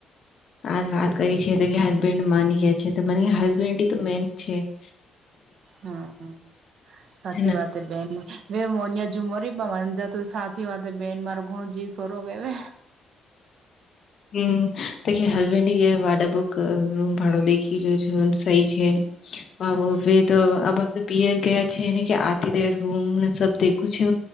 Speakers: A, on the left; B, on the right.
A: આજ વાત કરી છે તો કે હસબન્ડ માની ગયા છે તો મને હસબન્ડ તો મેન છે <inaudible>
B: હમ સાચી
A: હેના
B: વાત બેન મેં મોનિય હજુ મરીબવન પામાજતુ સાચી વાત બેન માર ઘણું જીવ સરોપેવે
A: હમ અકી હસબેન્ડ ગવાડ બુક રૂમ ભાડો દેખી લે જો સહી છે
B: હ
A: તો આ પિયર ગયા છેને કે આતિ રૂમ ને સબ દેખું છે